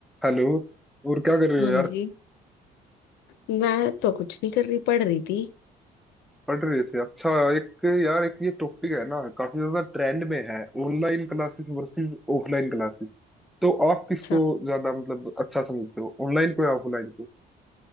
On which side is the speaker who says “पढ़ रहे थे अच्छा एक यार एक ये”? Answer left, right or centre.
Centre